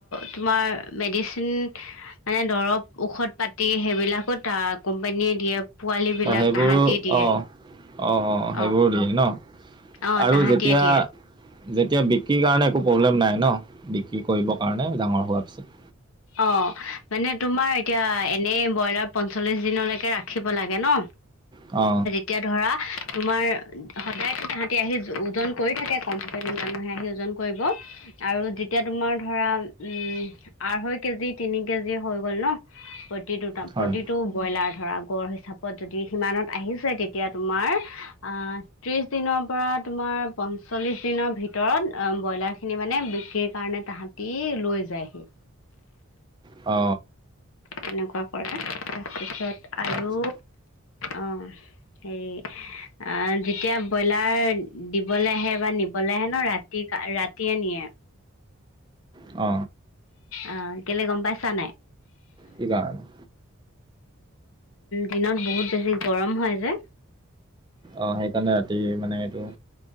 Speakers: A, on the left; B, on the right.
A: তোমাৰ মেডিচিন মানে দৰৱ ঔষধ পাতি সেইবিলাকো ত কোম্পানীয়ে দিয়ে। পোৱালী বিলাক
B: অ সেইবোৰো
A: তাহাঁতি দিয়ে।
B: অ অ, সেইবোৰ
A: অ
B: দিয় ন?
A: অ
B: আৰু
A: তাহাঁতিয়ে
B: যেতিয়া
A: দিয়ে
B: যেতিয়া বি কি কাৰণে একো প্ৰব্লেম নাই ন বিক্ৰী কৰিবৰ কাৰণে ডাঙৰ হোৱাৰ পিছত?
A: অ, মানে তোমাৰ এতিয়া এনে ব্ৰইলাৰ পঞ্চল্লিশ দিনলৈকে ৰাখিব লাগে ন,
B: অ,
A: তেতিয়া ধৰা তোমাৰ সদায়ো তাহাঁতি আহি ওজন কৰি থাকে কম্পিতাৰি মানুহে আহি ওজন কৰিব, আৰু যেতিয়া তোমাৰ ধৰা উম, আঢ়ৈ কেজি তিনি কেজি হৈ গ'ল ন প্ৰতিটো
B: হয়
A: প্ৰতিটো ব্ৰইলাৰ, ধৰা গড় হিচাপত যদি সিমানত আহিছে তেতিয়া তোমাৰ, আহ ত্ৰিছ দিনৰ পৰা তোমাৰ পঞ্চল্লিছ দিনৰ ভিতৰত ব্ৰইলাৰখিনি মানে বিক্ৰীৰ কাৰণে তাহাঁত তি লৈ যায়হি।
B: অ,
A: তেনেকুৱা কৰে তাৰপিছত আৰু
B: আচ্ছা
A: আহ, হেৰি আহ, যেতিয়া ব্ৰইলাৰ দিবলৈ আহে বা নিবলৈ আহে ন ৰাতি-ৰাতিয়ে নিয়ে।
B: অ,
A: অ, কেলে গম পাইছা নাই?
B: কি কাৰণে?
A: দিনত বহুত বেছি গৰম হয় যে,
B: অ, সেইকাৰণে ৰাতি মানে এইটো